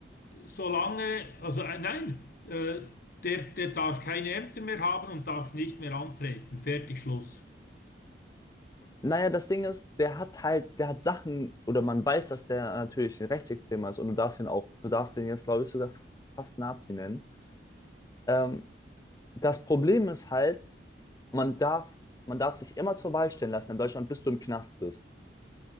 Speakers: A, on the left (about 55°); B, on the left (about 20°).
A: solange, also äh, nein, äh, der, der darf keine Ämter mehr haben und darf nicht mehr antreten. Fertig, Schluss.
B: Naja, das Ding ist, der hat halt, der hat Sachen, oder man weiß, dass der natürlich ein Rechtsextremer ist und du darfst ihn auch, du darfst ihn jetzt, glaube ich, sogar fast Nazi nennen. Ähm, das Problem ist halt, man darf, man darf sich immer zur Wahl stellen lassen in Deutschland, bis du im Knast bist.